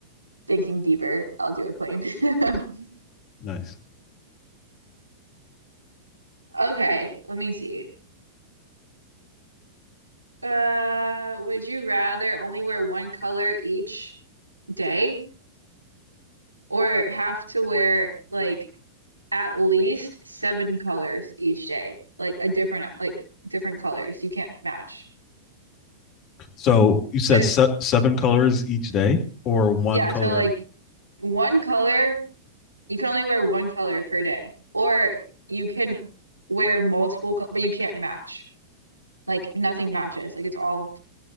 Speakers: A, on the right; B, on the left.
A: thinking deeper, I'll do a plane. <laughs>
B: Nice.
A: Okay, let me see. Uh, would you rather only wear one color each day? or have to wear like at least seven colors each day, like a different like different colors. You can't match.
B: So you said
A: So
B: se- seven colors each day, or one
A: yeah,
B: color?
A: so like one color, you can only wear one color per day, or you can wear multiple, co- but you can't match. Like nothing matches. Like it's all